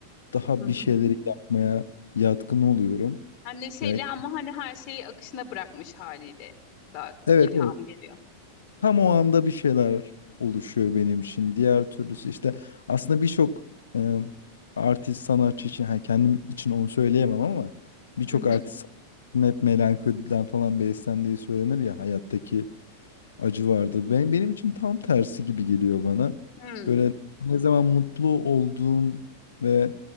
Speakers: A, on the left (about 70°); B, on the left (about 35°).
A: daha
B: Hı hı.
A: bir şeyleri yapmaya yatkın oluyorum.
B: Hem neşeyle
A: Yani
B: ama hani her şeyi akışına bırakmış haliyle da
A: evet
B: ilham
A: evet.
B: geliyor.
A: Tam o anda bir şeyler oluşuyor benim için. Diğer türlüsü işte aslında birçok e, artist sanatçı için ha kendim için onu söyleyemem ama birçok
B: Hı hı.
A: artist sanatçının hep melankoliden falan beslendiği söylenir ya hayattaki acı vardı. Ben, benim için tam tersi gibi geliyor bana.
B: Hmm.
A: Böyle ne zaman mutlu olduğum ve